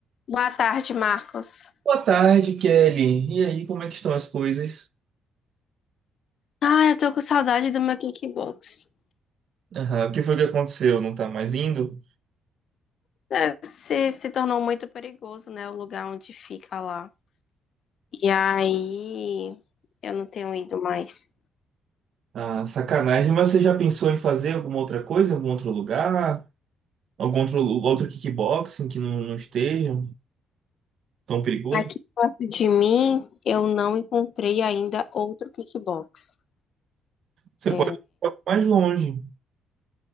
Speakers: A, on the left; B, on the right.
A: Boa tarde, Marcos.
B: Boa tarde, Kelly. E aí, como é que estão as coisas?
A: Ah, eu tô com saudade do meu kickbox.
B: Aham, O que foi que aconteceu? Não tá mais indo?
A: Deve ser, se tornou muito perigoso, né? O lugar onde fica lá. E aí, eu não tenho ido mais.
B: Ah, sacanagem, mas você já pensou em fazer alguma outra coisa, em algum outro lugar? Algum outro, outro kickboxing que não, não esteja tão perigoso?
A: Aqui perto de mim, eu não encontrei ainda outro kickbox.
B: Você
A: É,
B: pode ir um pouco mais longe.